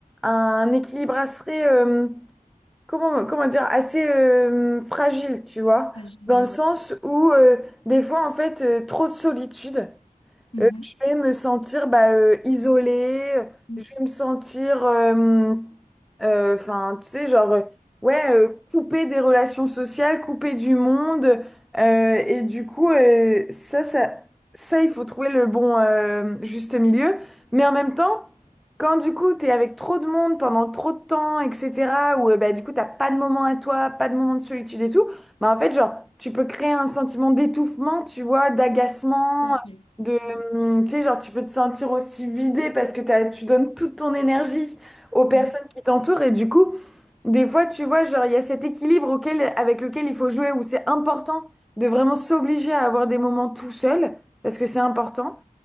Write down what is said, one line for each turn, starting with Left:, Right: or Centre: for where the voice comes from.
Centre: un équilibre assez euh, comment comment dire assez euh, fragile, tu vois,
Left: Ah, j'ai-
Centre: dans
Left: oui.
Centre: le sens où euh, des fois, en fait, euh, trop de solitude.
Left: Mm-hmm.
Centre: Euh, je vais me sentir bah, euh, isolée,
Left: Mm,
Centre: je vais me sentir, euh, euh, enfin, tu sais, genre, euh, ouais, euh, coupée des relations sociales, coupée du monde. euh, et du coup, euh, ça, ça, ça, il faut trouver le bon euh, juste milieu. Mais en même temps, quand du coup, t'es avec trop de monde pendant trop de temps, etc., ou euh, bah, du coup, t'as pas de moment à toi, pas de moment de solitude et tout, bah, en fait, genre, tu peux créer un sentiment d'étouffement, tu vois, d'agacement
Left: Tout à fait.
Centre: de, hum, tu sais, genre, tu peux te sentir aussi vidé parce que t'as, tu donnes toute ton énergie aux personnes
Left: Mm.
Centre: qui t'entourent et du coup, des fois, tu vois, genre, il y a cet équilibre auquel, avec lequel il faut jouer où c'est important de vraiment s'obliger à avoir des moments tout seul parce que c'est important